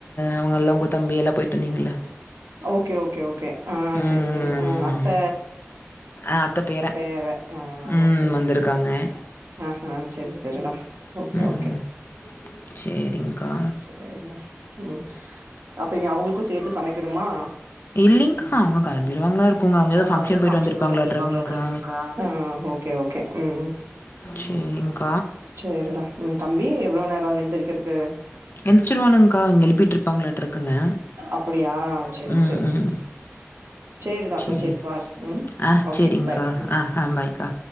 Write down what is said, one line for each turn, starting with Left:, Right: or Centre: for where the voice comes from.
Left: அவங்கல்லா உங்க தம்பி எல்லா போயிட்டு வந்தீங்கள்ள
Right: ஓகே ஓகே ஓக் கே ஆஹ்
Left: ம்
Right: சேரி சேரி அ அத்த
Left: அ அத்த பேர
Right: பேரன் ஆஹ்
Left: ம்
Right: ஓகே ஓகே
Left: வந்திருக்காங்க
Right: ஓகே ஆஹ்ஹ் சேரி சேரிடா ஓகே
Left: ம்
Right: ஓகே
Left: சேரிங்க்கா
Right: சேரிடா ம் அப்ப நீ அவுங்களுக்கு சேத்து சம கிருமா
Left: இல்லீங்க்கா அவுங்க கெளம்பி ருவாங்களா இருக்குங்க அங்க எதோ ஃபங்ஷன்
Right: அவங்க ஏதோ
Left: போயிட்டு
Right: ஃபங்க்ஷன்
Left: வந்திருப்பாங்களாட்ராங்க்கா
Right: வந்திருப்பாங்களாட்ருக்குங்க்கா ஆ ஓகே ஓகே உம்
Left: சேரிங்க்கா
Right: சேரிடா உம் தம்பி எவ்ளோ நேரோ ஆகு இன் தெரிக்கறக்கு
Left: எஞ்சிருவானுங்க்கா அவங்க எழுப்பிட்ருபாங்களாற்றுருக்குங்க
Right: அப்படியா செரி
Left: உம்
Right: செரி
Left: உம்
Right: சேரிடா அப்ப
Left: சேரி
Right: செரி பாரு ம்
Left: ஆஹ்
Right: ஓகே
Left: சேரிங்க்கா
Right: பாய் ம்
Left: ஆஹ் ஆஹ் பாய்க்கா